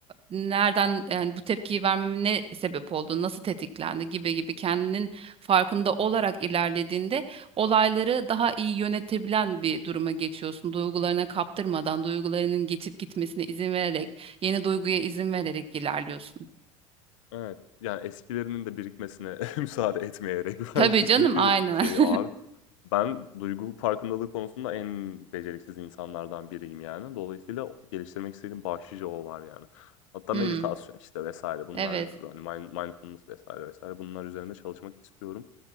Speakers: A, on the right (about 35°); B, on the left (about 65°).
A: nereden yani bu tepkiyi vermeme ne sebep oldu, nasıl tetiklendi gibi gibi kendinin farkında olarak ilerlediğinde olayları daha iyi yönetebilen bir duruma geçiyorsun. Duygularına kaptırmadan, duygularının geçip gitmesine izin vererek, yeni duyguya izin vererek ilerliyorsun.
B: Evet. Yani eskilerinin de birikmesine <laughs> müsaade etmeyerek
A: Tabii
B: belki
A: canım,
B: çünkü
A: aynen.
B: şey
A: <laughs>
B: abi. Ben duygu farkındalığı konusunda en beceriksiz insanlardan biriyim yani. Dolayısıyla geliştirmek istediğim başlıca o var yani. Hatta
A: Hmm,
B: meditasyon işte vesaire bunlar
A: evet,
B: hani mind mindfulness vesaire vesaire bunlar üzerinde çalışmak istiyorum.